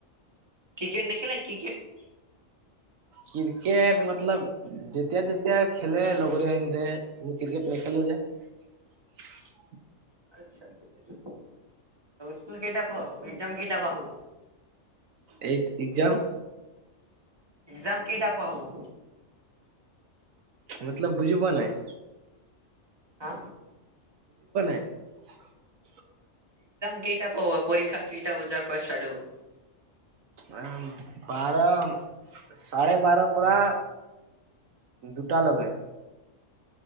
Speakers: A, on the right; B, on the right.
A: Cricket নেখেলায় cricket?
B: ক্ৰিকেট মতলব যেতিয়া তেতিয়া খেলে লগৰীয়া সে মই ক্ৰিকেট নেখেলো যে। <inaudible>
A: আচ্ছাঠিক আছে স্কুল কেইটা পৰা একজাম উটা বাহু
B: এইট একজাম।
A: এক্সাম কেইটা পা হ'ব?
B: মতলব বুজি পোৱা নাই।
A: হা।
B: <inaudible>
A: কেইটা পৰা হ'ব পৰীক্ষা কেইটা বজাৰ পৰা ষ্টাৰ্ট হ'ব?
B: উ বাৰ চাৰে বাৰ পৰা। দুটা লগাই।